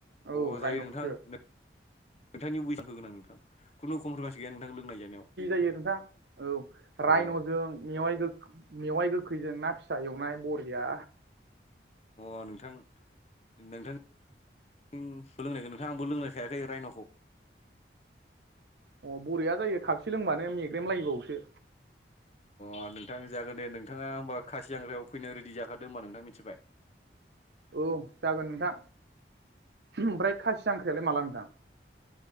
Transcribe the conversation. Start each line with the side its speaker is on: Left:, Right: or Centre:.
Right: औ
Left: अ
Right: रायन'खौसो
Left: जायो नोंथां नोंथांनि बयस होगोन आं नोंथां खुनु कमप्रमाइस गैया नोंथां लोंनाय जानायाव
Right: दे नोंथां औ रायन'जों
Left: अ
Right: मेवाइ गोख मेवाइ गोखैजों ना फिसा एवनाय बरिया
Left: अ नोंथां नोंथां उम सोलोंनायगोन नोंथां आंबो लोंनायखायाखै रायन'खौ
Right: अ बरिया जायो खापसे लोंबानो मेग्रेम लायोबावसो
Left: अ नोंथां जागोन दे नोंथाङा होमबा खासियांग्रायाव फैनायनो रेडि जाखादो होनोमबा नोंथां मिथिबाय
Right: औ जागोन नोंथां ओमफ्राय खासि जांख्रायालाय माला नोंथां